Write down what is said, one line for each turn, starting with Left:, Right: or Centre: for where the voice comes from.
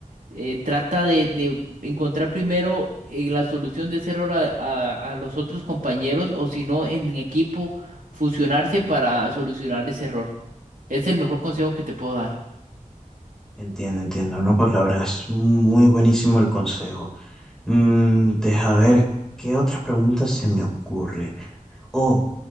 Right: eh, trata de, de encontrar primero eh, la solución de ser hora a, a los otros compañeros o si no en equipo fusionarse para solucionar ese error. Es el mejor consejo que te puedo dar.
Centre: Entiendo, entiendo. No, pues la verdad es muy buenísimo el consejo. Mm, deja ver qué otra pregunta se me ocurre. Oh,